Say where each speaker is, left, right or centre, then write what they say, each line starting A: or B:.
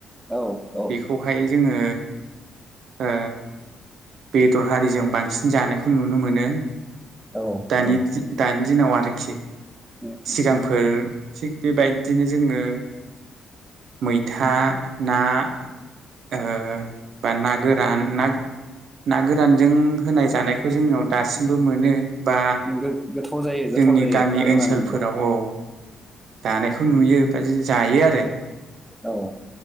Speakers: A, in the centre; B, on the right (about 65°).
A: औ औ
B: बेखौहाय जोङो ओ बेदर हारिजों बांसिन जानायखौ नुनो मोनो
A: औ
B: दानि
A: औ
B: दि दानि दिनाव आरोखि
A: उम
B: सिगांफोर थिग बेबायदिनो जोङो मैथा ना ओ बा ना गोरान ना ना गोरानजों होनाय जानायखौ जोंनाव दासिमबो मोनो बा
A: गो गोथाव जायो गोथाव
B: जोंनि
A: जायो
B: गामि
A: ना गोरानजोंबो
B: ओनसोलफोराव औ दानायखौ नुयो बा जायो आरो
A: औ